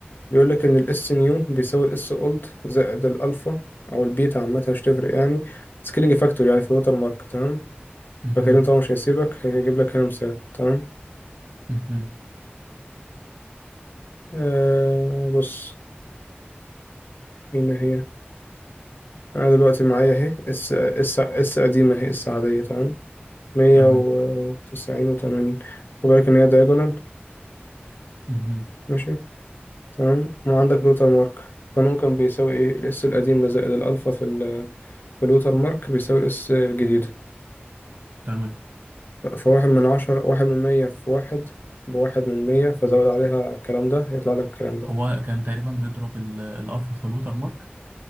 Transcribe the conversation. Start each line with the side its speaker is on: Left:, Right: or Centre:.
Left: بيقول لك ان الاس نيو بيساوي الاس اولد زائد الالفا او البيتا عامة مش تفرق يعني سكيلينج فاكتور يعني في الوتر مارك تمام
Right: مهم.
Left: فكريم طبعا مش هيسيبك هيجيب لك هنا مثال تمام
Right: مهم.
Left: آه بص هنا هي انا دلوقتي معايا اهي اس اس اس قديمة اهي اس عادية تمام مية
Right: تمام
Left: وتسعين وتمانين خد بالك ان هي دايجونال
Right: مهم.
Left: ماشي تمام وعندك لوتر مارك القانون كان بيساوي ايه الاس القديمة زائد الالفا في ال في اللوتر مارك بيساوي الاس الجديدة
Right: تمام
Left: ف- فواحد من عشرة واحد من مية في واحد بواحد من مية فزود عليها الكلام ده يطلع لك الكلام ده
Right: هو كان تقريبا بيضرب ال- الألفا في الوتر مارك